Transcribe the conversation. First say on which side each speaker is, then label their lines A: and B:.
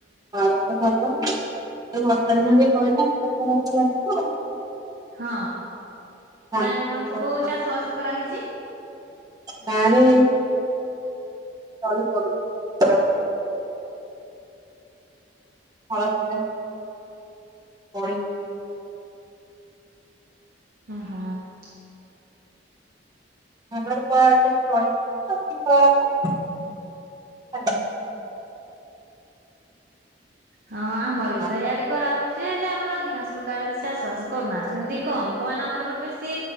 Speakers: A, on the right; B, on the right.
A: ଘରେ ଭଲ ହେଇ ବର୍ଷା ଦିନ ଆଇଲା ଚାଷ ବାସ ଲାଗିବ ଆଉ।
B: ହଁ।
A: ଧାନ
B: ଗାଁ ରେ
A: ଚାଷ
B: କଣ ସବୁ
A: କାମ
B: ଚାଷ ବାସ କରାହେଇଛି?
A: ଗାଁରେ ତଳୀ ପଡିବ ହଳ ପରେ । ପଇ ।
B: ଅ ହ ।
A: ହଳ ହେଲା ପରେ ତଳି ପଡିବ। ତାପରେ ରୁଆ। ହବ ।
B: ହଁ ଆମର
A: ହବ
B: ବି ତ ୟାଡେ କରା ହଉଛି। ଯେ ହେଲେ ଆମର ଅଧିକାଂଶ ଲୋକ ଆଡେ ବେଶୀ ଚାଷ ବାସ କରୁନାହାନ୍ତି ଏମିତି କମ ମାନେ ଆମର ଏପଟେ ବେଶୀ